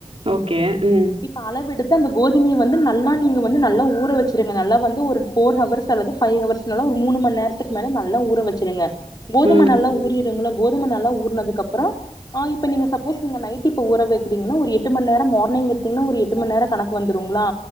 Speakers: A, on the right (about 60°); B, on the left (about 40°).
A: ஓகே ம்
B: இப்ப அளவெடுத்து அந்த கோதுமைய வந்து நல்லா நீங்க வந்து நல்ல ஊர வச்சிருங்க நல்லா வந்து ஒரு ஃபோர்ஹவர்ஸ் அல்லது ஃபைவ் ஹவர்ஸ் நல்லா ஒரு மூணு மணி நேரத்துக்கு மேல நல்ல ஊற வச்சிருங்க கோதும
A: ம்.
B: நல்லா ஊறிரூங்களா கோதும நல்லா ஊறனதுக்கு அப்புறம் ஆ இப்ப நீங்க சப்போஸ் நீங்க நைட் இப்ப ஊற வைக்கறீங்கன்னா ஒரு எட்டு மணி நேரம் மார்னிங் எடுத்தீங்கன்னா ஒரு எட்டு மணி நேரம் கணக்கு வந்துடுங்களா